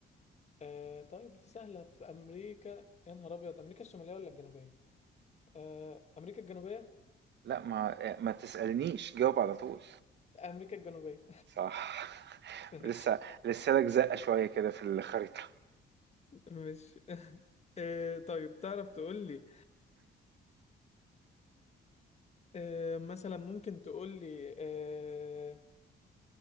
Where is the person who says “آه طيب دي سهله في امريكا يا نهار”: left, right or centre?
Left